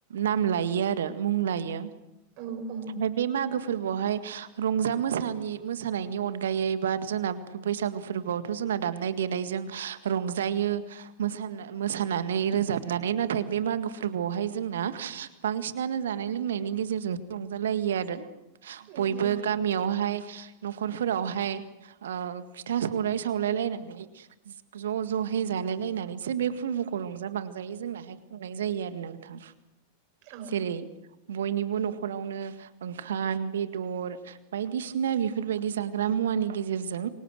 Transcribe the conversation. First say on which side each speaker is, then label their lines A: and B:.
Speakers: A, on the right (about 60°); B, on the right (about 45°).
A: नाम लायो आरो मुं लायो
B: औ उम
A: आमफाय बे मागो फोरबोआवहाय रंजा मोसानि मोसानायनि अनगायैबो आरो जोंना बैसागु फोरबोआवथ' जोंना दामनाय देनायजों रंजायो मोसानो मोसानानै रोजाबनानै नाथाय बे मागो फोरबोआवहाय जोंना बांसिनानो जानाय लोंनायनि गेजेरजोंसो रंजालायो आरो।
B: उम
A: बयबो
B: उम
A: गामियावहाय न'खरफोरावहाय ओ फिथा सौराय सावलायलायनानै ज' ज' हाय जालायलायनानैसो बे फोरबोखौ रंजा बांजायो जोंनाहाय। बुंनाय जायो आरो नोंथां।
B: औ।
A: जेरै बयनिबो न'खरावनो ओंखाम बेदर बायदिसिना बेफोरबायदि जाग्रा मुवानि गेजेरजों